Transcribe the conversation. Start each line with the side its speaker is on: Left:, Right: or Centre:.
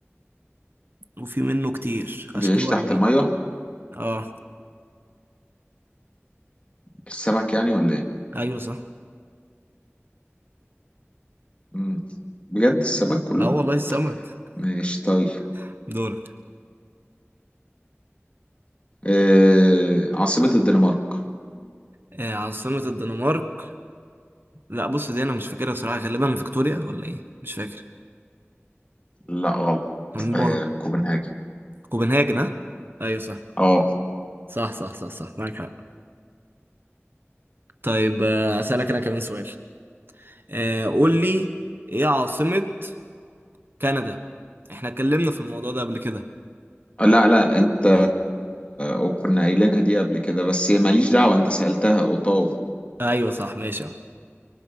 Right: وفي منه كتير
Left: بيعيش
Right: أشكال وألوان
Left: تحت المية
Right: آه
Left: السمك يعني ولا ايه
Right: أيوة صح
Left: مم. بجد السمك كله
Right: آه والله السمك
Left: ماشي طيب
Right: <laughs> دورك
Left: آه عاصمة الدنمارك
Right: آه عاصمة الدنمارك لا بص دي أنا مش فاكرها بصراحة غالبا فيكتوريا ولا إيه مش فاكر
Left: لا غلط
Right: النار.
Left: آه كوبنهاجي
Right: كوبنهاجن ها أيوة صح
Left: اه
Right: صح صح صح صح معاك حق طيب آه، أسألك أنا كمان سؤال آه، قول لي إيه عاصمة كندا؟ إحنا اتكلمنا في الموضوع ده قبل كده
Left: لا لا انت وكنا قايلينها دي قبل كده بس هي ماليش دعوة انت سألتها اوتاوا
Right: أيوه صح ماشي أهو